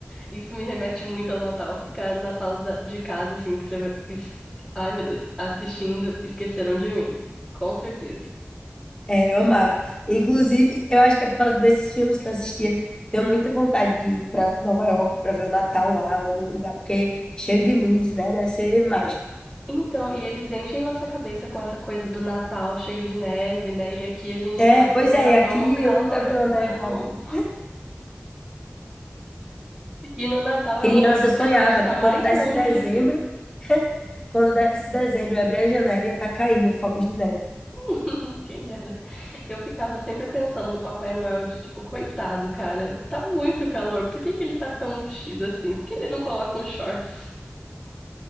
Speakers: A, in the centre; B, on the left (about 20°).
A: Isso me remete muito ao Natal. Ficar na sala da- de casa, assim, escrevendo. Ai, meu Deus. Assistindo Esqueceram de Mim. Com certeza.
B: É, eu amava. Inclusive, eu acho que é por causa desses filmes que eu assistia. Tenho muita vontade de ir para Nova York para ver o Natal lá, ou algum lugar, porque cheio de luzes, né? Deve ser mágico.
A: Então, e eles enchem nossa cabeça com essa coisa do Natal cheio de neve, né? E aqui a gente
B: É,
A: passa
B: pois
A: o
B: é,
A: Natal
B: e aqui
A: num calorzão.
B: eu nunca vi uma neve na vida.
A: E no Natal
B: Criança,
A: é o momento
B: eu sonhava
A: que a gente tá
B: que quando
A: mais
B: desse
A: longe
B: dezembro,
A: de ver.
B: quando desse dezembro, eu abria a janela e ia estar caindo focos de neve.
A: <laughs> Quem dera. Eu ficava sempre pensando no Papai Noel de tipo, coitado, cara, tá muito calor. Por que que ele tá tão vestido assim? Por que ele não coloca uns shorts?